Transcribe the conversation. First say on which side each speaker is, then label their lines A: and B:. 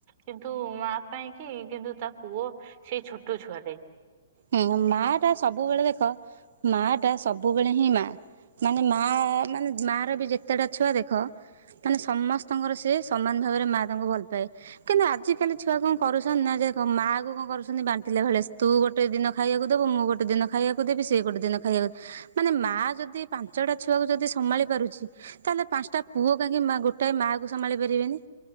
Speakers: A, on the right; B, on the right.
A: କିନ୍ତୁ ମା ପାଇଁ କି କିନ୍ତୁ ତା ପୁଅ ସେଇ ଛୋଟ ଛୁଆଟାଏ!
B: ହୁଁ, ମା ଟା ସବୁବେଳେ ଦେଖ ମା ଟା ସବୁବେଳେ ହିଁ ମା! ମାନେ ମା ମାନେ ମା ର ବି ଯେତେଟା ଛୁଆ ଦେଖ ମାନେ ସମସ୍ତଙ୍କର ସେ ସମାନ ଭାବରେ ମାଆ ତାଙ୍କୁ ଭଲ ପାଏ କିନ୍ତୁ ଆଜିକାଲି ଛୁଆ କ'ଣ କରୁଛନ୍ତିନ୍ ନା ହଁ ମାଆ କୁ କ'ଣ କରୁଛନ୍ତି। ବାଣ୍ଟିଲା ଭଳିଆ ତୁ ଗୋଟେ ଗୋଟେ ଦିନ ଖାଇବାକୁ ଦବୁ ମୁଁ ଗୋଟେ ଦିନ ଖାଇବାକୁ ଦେବି ସେ ଗୋଟେ ଦିନ ଖାଇବାକୁ ମାନେ ମା ଯଦି ପାଞ୍ଚଟା ଛୁଆକୁ ଯଦି ସମ୍ଭାଳି ପାରୁଛି ତାହେଲେ ପାଞ୍ଚଟା ପୁଅ କାହିଁକି ମା ଗୋଟାଏ ମାଆ କୁ ସମ୍ଭାଳି ପାରିବେନି